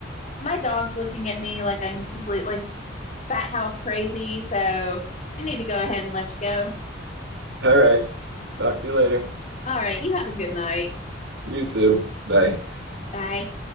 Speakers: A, on the left (about 35°); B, on the right (about 65°).
A: my dog's looking at me like I'm completely bat house crazy. So I need to go ahead and let you go.
B: All right. Talk to you later.
A: All right. You have a good night.
B: You too. Bye.
A: Bye.